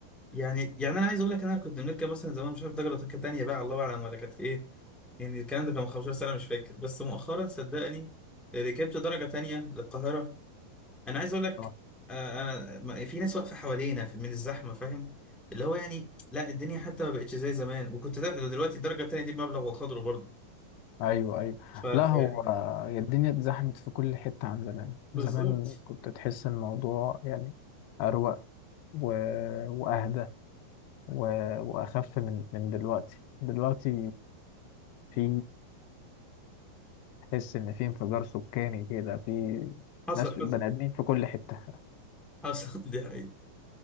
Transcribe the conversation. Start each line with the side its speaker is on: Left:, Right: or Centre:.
Centre: يعني يعني انا عايز اقول لك انا كنت بنركب مثلا زمان مش عارف درجة كانت تانية بقى الله اعلم ولا كانت ايه يعني الكلام ده كان من 15 سنة مش فاكر بس مؤخرا صدقني ركبت درجة تانية للقاهرة انا عايز اقول لك
Left: آه.
Centre: آه، انا ما- في ناس واقفة حوالينا في- من الزحمة فاهم اللي هو يعني لا الدنيا حتى ما بقتش زي زمان وكنت ده دلوقتي الدرجة التانية دي بمبلغ وقدره برضه
Left: ايوه ايوه
Centre: ف-
Left: لا
Centre: فيعني
Left: هو هي الدنيا اتزحمت في كل حته عن زمان
Centre: بالظبط
Left: زمان كنت تحس الموضوع يعني اروق و... واهدى و... واخف من من دلوقتي دلوقتي في تحس ان في انفجار سكاني كده في
Centre: حصل
Left: ناس بني
Centre: حصل
Left: ادمين في كل حته
Centre: حصل <laughs> دي حقيقة